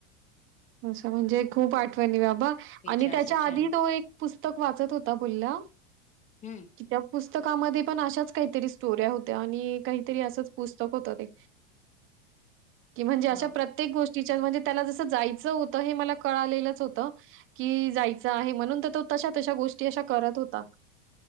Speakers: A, on the right; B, on the left.
A: असं म्हणजे खूप आठवणी बा
B: विचार
A: आणि त्याच्या
B: सेचन
A: आधी तो एक- पुस्तक वाचत होता, बोला.
B: हम्म
A: कित्या पुस <unintelligible> पुस्तकामध्ये पण अशाच काहीतरी स्टोऱ्या होत्या आणि काहीतरी असंच पुस्तक होतं ते. कि म्हणजे अशा
B: वा
A: प्रत्येक गोष्टीच्या म्हणजे. त्याला जस- जायचं होतं हे मला कळालेलंच होतं. कि जायचं आहे म्हणून तर तो तशा तशा गोष्टी अशा करत होता.